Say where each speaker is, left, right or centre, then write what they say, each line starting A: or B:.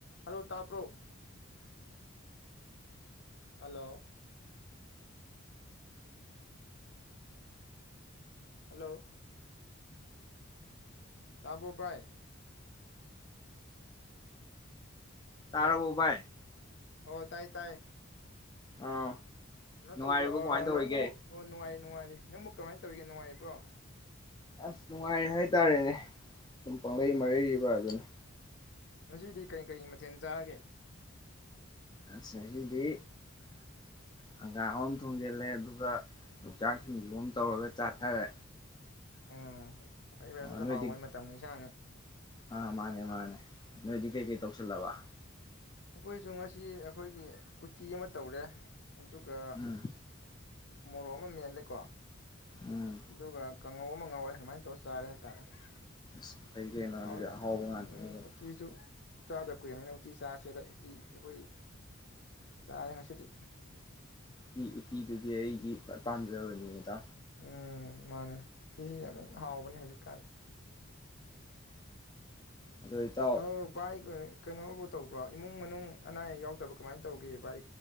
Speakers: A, on the left; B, on the left.
A: Hello ꯇꯥꯕ꯭ꯔꯣ꯫ Hello. Hello. ꯇꯥꯕꯔꯣ ꯚꯥꯏ꯫ ꯍꯜꯂꯣ
B: ꯇꯥꯔꯕꫭ ꯚꯥꯏ꯫
A: ꯑꯣ ꯇꯥꯏ--ꯇꯥꯏ꯫
B: ꯑꯥ
A: ꯀꯩꯅꯣ
B: ꯅꯨꯡꯉꯥꯏꯔꯤꯕꯣ
A: ꯇꯧꯕ꯭ꯔꯣ
B: ꯀꯃꯥꯏꯅ ꯇꯧꯔꯤꯒꯦ
A: ꯅꯪꯕꯨ ꯑꯣ ꯅꯨꯡꯉꯥꯏꯔꯤ--ꯅꯨꯡꯉꯥꯏꯔꯤ꯫ ꯅꯪꯕꯨ ꯀꯃꯥꯏꯅ ꯇꯧꯔꯤꯒꯦ ꯅꯨꯡꯉꯥꯏꯔꯤꯕ꯭ꯔꯣ꯫
B: ꯑꯁ ꯅꯨꯡꯉꯥꯏꯔꯤ ꯍꯥꯏꯇꯥꯔꯦꯅꯦ꯫ ꯁꯨꯝ ꯄꯪꯂꯩ
A: ꯎꯝ
B: ꯃꯔꯩꯔꯤꯕ ꯑꯗꯨꯅꯤ꯫
A: ꯉꯁꯤꯗꯤ ꯀꯔꯤ ꯀꯔꯤ ꯃꯊꯦꯜ ꯆꯥꯔꯒꯦ
B: ꯑꯁ ꯉꯁꯤꯗꯤ ꯍꯪꯒꯥꯝ ꯑꯃ ꯊꯣꯡꯖꯤꯜꯂꯦ ꯑꯗꯨꯒ ꯌꯣꯡꯆꯥꯛ ꯁꯤꯡꯖꯨ ꯑꯃ ꯇꯧꯔꯒ ꯆꯥꯊꯔꯦ
A: ꯎꯝ ꯐꯩꯐꯩ ꯑꯗꯨꯁꯨ
B: ꯑꯣ ꯅꯣꯏꯗꯤ
A: ꯍꯥꯎꯕꯅꯤ ꯃꯇꯝꯒꯤ ꯏꯟꯁꯥꯡꯅꯤ
B: ꯑꯥ ꯃꯥꯅꯦ ꯃꯥꯅꯦ ꯅꯣꯏꯗꯤ ꯀꯩꯀꯩ ꯇꯧꯁꯤꯜꯂꯕ
A: ꯑꯩꯈꯣꯏꯁꯨ ꯉꯁꯤ ꯑꯩꯈꯣꯏꯒꯤ ꯎꯇꯤ ꯑꯃ ꯇꯧꯔꯦ ꯑꯗꯨꯒ
B: ꯎꯝ
A: ꯃꯣꯔꯣꯛ ꯑꯃ ꯃꯦꯠꯂꯦꯀꯣ
B: ꯎꯝ
A: ꯑꯗꯨꯒ ꯀꯥꯡꯉꯧ ꯑꯃ ꯉꯧꯔꯦ ꯑꯗꯨꯃꯥꯏꯅ ꯇꯧꯔ ꯆꯥꯔꯦ ꯍꯥꯏꯇꯥꯔꯦ
B: <unintelligible>
A: <unintelligible>
B: ꯑꯗꯨꯗꯤ ꯑꯍꯥꯎꯕ ꯉꯥꯛꯇꯅꯤ ꯀꯩꯅꯣ
A: ꯎꯇꯤꯁꯨ ꯆꯥꯗ ꯀꯨꯏꯔꯕꯅꯤꯅ ꯎꯇꯤ ꯆꯥꯁꯦꯗ ꯎꯇꯤ ꯑꯩꯈꯣꯏ ꯆꯥꯔꯦ ꯉꯁꯤꯗꯤ
B: ꯎꯇꯤ ꯎꯇꯤꯗꯨꯗꯤ ꯑꯩꯒꯤ ꯈ꯭ꯋꯥꯏ ꯄꯥꯝꯖꯕꯅꯤꯅꯦꯗ
A: ꯎꯝ ꯃꯥꯅꯦ ꯎꯇꯤꯁꯤ ꯌꯥꯝ ꯍꯥꯎꯕꯅꯦ ꯍꯧꯖꯤꯛꯀꯥꯟ
B: ꯑꯗꯣ ꯏꯇꯥꯎ
A: ꯑ ꯚꯥꯏ ꯑ ꯀꯩꯅꯣ ꯇꯧꯕ꯭ꯔ ꯏꯃꯨꯡ ꯃꯅꯨꯡ ꯑꯅꯥ ꯑꯌꯦꯛ ꯌꯥꯎꯗꯕ꯭ꯔ ꯀꯃꯥꯏꯅ ꯇꯧꯒꯦ ꯚꯥꯏ